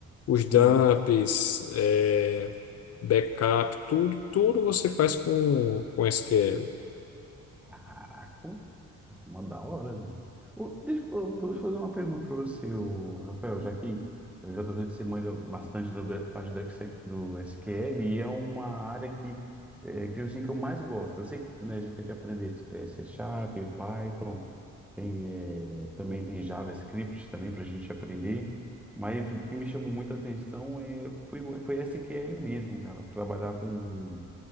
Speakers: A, on the left (about 55°); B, in the centre.
A: os dumps,
B: sim.
A: é, backup, tudo, tudo você faz com, com SQL.
B: Caraca. Uma da hora, velho. Ô, Deixa eu deixa eu fazer uma pergunta pra você, ô, Rafael, já que eu já tô vendo que você manja bastante da da parte do, Excel- do SQL e é uma área que, é, que, assim, que eu mais gosto. Eu sei que né, a gente tem que aprender é, C Sharp, Python, tem, é, também tem JavaScript também para a gente aprender, mas o que me chamou muita atenção é, foi, o- foi SQL mesmo, cara. Trabalhar com,